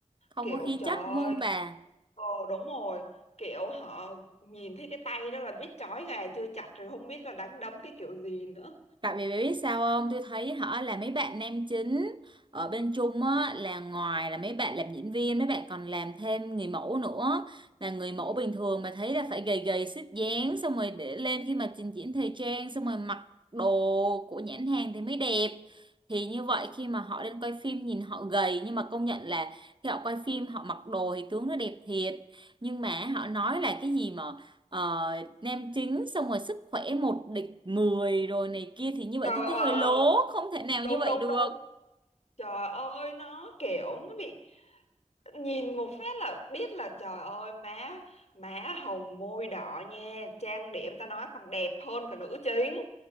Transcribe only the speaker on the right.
Không
có khí
chất
đúng không bà
Tại vì biết sao không? Tôi thấy họ là mấy bạn nam chính ở bên Trung á, là ngoài là mấy bạn làm diễn viên, mấy bạn còn làm thêm người mẫu nữa. Là người mẫu bình thường mà thấy là phải gầy gầy xích dáng xong rồi để lên khi mà trình diễn thời trang xong rồi mặc đồ của nhãn hàng thì mới đẹp. Thì như vậy khi mà họ lên quay phim nhìn họ gầy nhưng mà công nhận là khi họ quay phim họ mặc đồ thì tướng nó đẹp thiệt. Nhưng mà họ nói là cái gì mà ờ, nem chính xong rồi sức khỏe một địch 10 rồi này kia thì như
vậy tôi
thấy hơi
lố không thể nào
như vậy
được